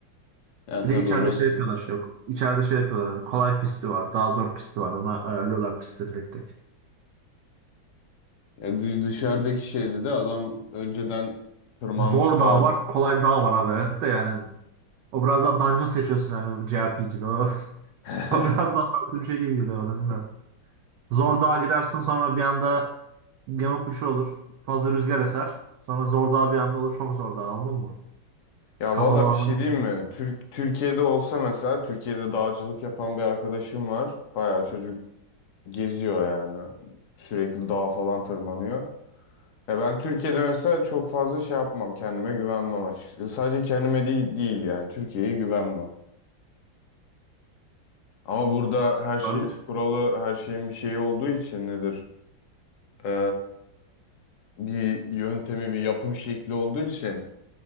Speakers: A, on the left; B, on the right.
A: ya
B: Bir
A: tabii
B: de içeride
A: orası.
B: şey yapıyorlar şey yok. İçeride şey yapıyorlar hani kolay pisti var. Daha zor pisti var. Ona ayarlıyorlar pistleri tek tek.
A: Ya dı- dışarıdaki şeydi de adam önceden tırmanmış
B: Zor
A: daha
B: dağ var. Kolay dağ var abi. Evet de yani. O biraz daha dungeon seçiyorsun yani JRPG'de. O, <laughs>
A: <laughs>
B: o biraz daha farklı bir şey gibi geliyor bana. Bilmiyorum. Zor dağa gidersin sonra bir anda gemi bir şey olur. Fazla rüzgar eser. Sonra zor dağ bir anda olur. Çok zor dağ anladın mı?
A: Ya
B: Kapalı
A: valla
B: alana
A: bir şey
B: gidebilirsin.
A: diyeyim mi? Türk Türkiye'de olsa mesela Türkiye'de dağcılık yapan bir arkadaşım var. Bayağı çocuk geziyor yani. Sürekli dağa falan tırmanıyor. Ya ben Türkiye'de mesela çok fazla şey yapmam. Kendime güvenmem açıkçası. Sadece kendime değil, değil yani. Türkiye'ye güvenmem. Ama burada her şeyin
B: Olabilir.
A: bir kuralı, her şeyin bir şeyi olduğu için nedir? Ee, bir yöntemi, bir yapım şekli olduğu için